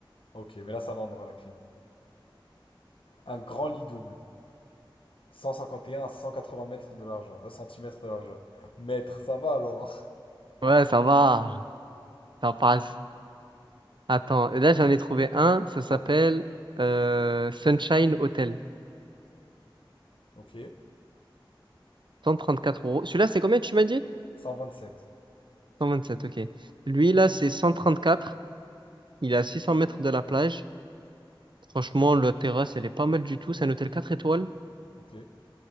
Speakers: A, on the left (about 80°); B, on the right (about 60°).
A: Ok, mais là ça va, on aura la clim. Un grand lit double. 151 à 180 mètres de largeur, euh, centimètres de largeur. Mètres, ça va alors.
B: Ouais, ça va, ça passe. Attends, là j'en ai trouvé un, ça s'appelle
A: <laughs> Vas-y.
B: euh, Sunshine Hotel.
A: Ok.
B: cent trente quatre euros. Celui-là, c'est combien tu m'as dit?
A: 127.
B: 127, ok. Lui, là, c'est cent trente quatre, Il est à 600 mètres de la plage. Franchement, la terrasse, elle est pas mal du tout. C'est un hôtel 4 étoiles.
A: Ok.